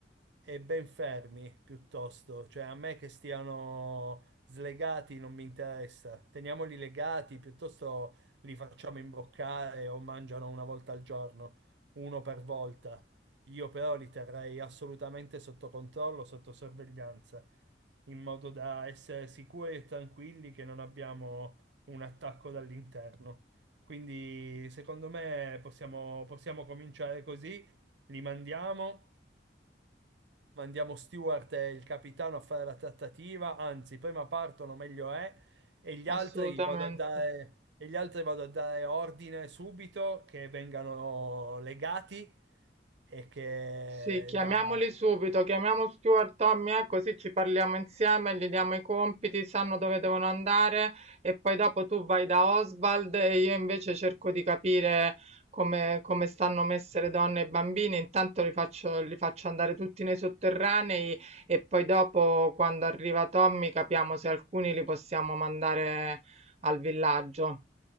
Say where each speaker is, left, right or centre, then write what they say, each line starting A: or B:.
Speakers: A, on the right; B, on the right.
A: e ben fermi piuttosto, cioè a me che stiano slegati non mi interessa, teniamoli legati piuttosto li facciamo imboccare o mangiano una volta al giorno, uno per volta. Io però li terrei assolutamente sotto controllo, sotto sorveglianza, in modo da essere sicuri e tranquilli che non abbiamo un attacco dall'interno. Quindi secondo me possiamo, possiamo cominciare così, li mandiamo, mandiamo Stewart e il capitano a fare la trattativa, anzi prima partono meglio è, e gli altri
B: Assolutamente.
A: vado a dare, e gli altri vado a dare ordine subito che vengano legati e che
B: Sì, chiamiamoli
A: da-
B: subito, chiamiamo Stuart, Tommy, eh, così ci parliamo insieme, gli diamo i compiti, sanno dove devono andare e poi dopo tu vai da Oswald e io invece cerco di capire come, come stanno messe le donne e i bambini, intanto li faccio, li faccio andare tutti nei sotterranei e poi dopo quando arriva Tommy capiamo se alcuni li possiamo mandare al villaggio.